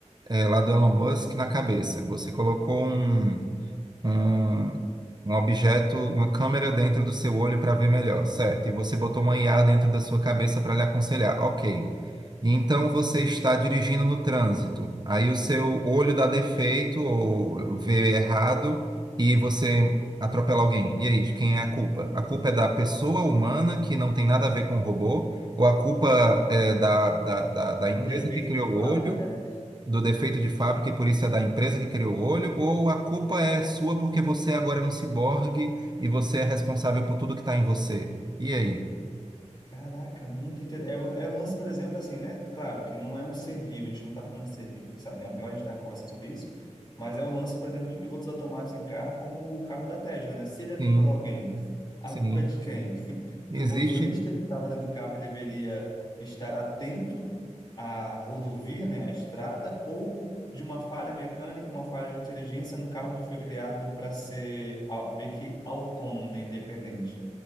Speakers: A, on the right; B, on the left.
A: eh, lá do Elon Musk na cabeça. Você colocou um, um, um objeto, uma câmera dentro do seu olho para ver melhor, certo? E você botou uma IA dentro da sua cabeça para lhe aconselhar, ok. E então você está dirigindo no trânsito, aí o seu olho dá defeito ou vê errado e você atropela alguém. E aí, de quem é a culpa? A culpa é da pessoa humana que não tem nada a ver com o robô? Ou a culpa é da, da, da, da
B: É
A: empresa
B: um defeito
A: que criou
B: de
A: o
B: fábrica,
A: olho
B: né?
A: do defeito de fábrica e por isso é da empresa que criou o olho, ou a culpa é sua porque você agora é um ciborgue e você é responsável por tudo que está em você? E aí?
B: Caraca, muito interessante. É, o é o lance, por exemplo, assim, né? Claro que não é um ser vivo, a gente não está falando de ser, a gente, sabe, agora a gente está conversando sobre isso, mas é o lance, por exemplo, de pilotos automáticos em carro, como o carro da Tesla, né? Se ele atropelar
A: Sim,
B: alguém, a
A: sim.
B: culpa é de quem? <laughs> Do
A: Existe.
B: motorista que estava dentro do carro e deveria estar atento à rodovia, né? À estrada, ou de uma falha mecânica, uma falha de inteligência no carro que foi criado para ser ah, meio que autônomo, né? Independente.